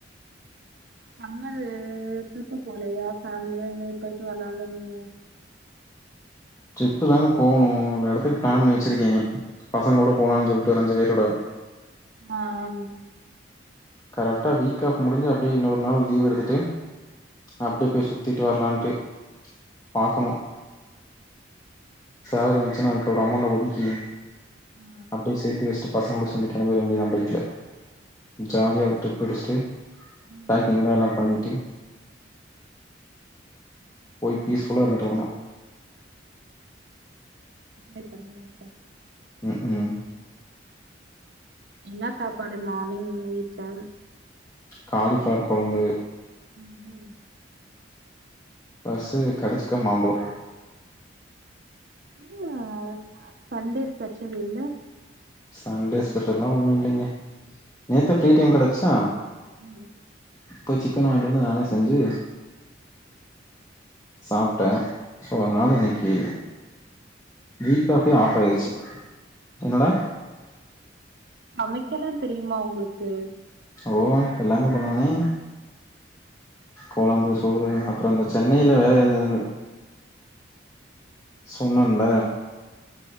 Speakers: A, on the right; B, on the left.
A: நம்மலு ட்ரிப்பு போலையா ஃபேமிலியா எங்கயு போய்ட்டு வரலாமுன்னு
B: ட்ரிப்பு தாங்க போணு ஒரு எடத்துக்கு பிளான் பண்ணி வச்சுருக்கே பசங்க கூட போலானு சொல்ட்டு ஒரு அஞ்சு பேரோட
A: மேம்
B: கரெக்டா வீக் ஆஃப் முடிஞ்சு அப்டியே இன்னொரு நாள் லீவ் எடுத்துட்டு அப்டியே போய் சுத்திட்டு வர்லான்ட்டு பாக்கணு சேலரி வந்துச்சின்னா அதுக்கு ஒரு அமௌண்ட ஒதுக்கி
A: ஆ
B: அப்டியே சேத்து வெச்சிட்டு பசங்களோட சனிக்கெழம போயிர வேண்டியதா பைக்ல ஜாலியா ஒரு ட்ரிப் அடிஸ்டு
A: ம்
B: பேக்கிங்லா எல்லா பண்ணிட்டு போய் ஃபிஸ்ஃபுல்லா இருந்துட்டு வரனு
A: <inaudible> பண்ணியா அப்ப
B: ம் ம்
A: என்ன சாப்பாடு மார்னிங் உங்க வீட்லன்ன
B: காலிஃபிளவர் கொழம்பு
A: ம் ம்
B: பிளஸ்ஸு கடிச்சிக்க மாம்பழோ
A: என்ன சண்டே ஸ்பெஷல் இல்ல
B: சண்டே ஸ்பெஷல்லா ஒன்னு இல்லைங்க நேத்தே
A: ம்
B: ஃப்ரீ டைம் கெடச்சா
A: ம்
B: போய் சிக்கன் வாங்கிட்டு வந்து நானே செஞ்சி சாப்டே சோ அதனால இன்னைக்கி வீக்
A: சமைக்கலா
B: ஆஃப்லா
A: தெரியுமா
B: ஆஃப் ஆயிடுச்சி என்னடா
A: சமைக்கல்லா தெரிமா உங்களுக்கு
B: ஓ எல்லாமே பண்ணுவேனே கொழம்பு சோறு அப்றோ இந்த சென்னையில வேல இருந்த சொன்னல்ல